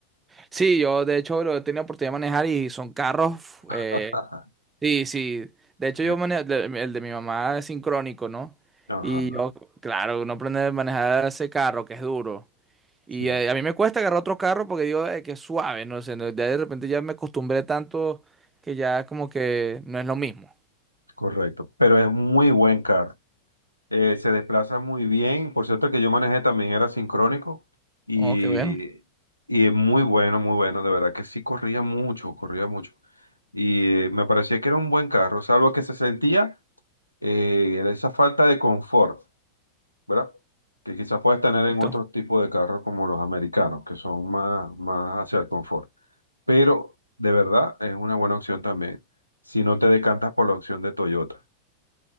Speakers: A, on the right; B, on the left.
A: Sí, yo de hecho lo he tenido oportunidad de manejar y son carros, eh,
B: Ajá,
A: sí, sí. De hecho
B: sí.
A: yo manejo, el de mi mamá es sincrónico, ¿no?
B: Ajá,
A: Y yo, claro, uno aprende a manejar ese carro que es duro. Y
B: sí,
A: eh, a, mí me cuesta agarrar otro carro porque digo "Ay, que es suave, no sé, no- ya de repente ya me acostumbré tanto que ya como que no es lo mismo.
B: correcto. Pero es muy buen carro. Eh, se desplaza muy bien. Por cierto, el que yo manejé también era sincrónico y,
A: Oh, qué bueno.
B: y es muy bueno, muy bueno. De verdad que sí corría mucho, corría mucho. Y eh, me parecía que era un buen carro, salvo que se sentía. eh, esa falta de confort, ¿verdad? Que quizás puedas tener en
A: Correcto.
B: otro tipo de carros como los americanos, que son más, más hacia el confort. Pero de verdad es una buena opción también si no te decantas por la opción de Toyota.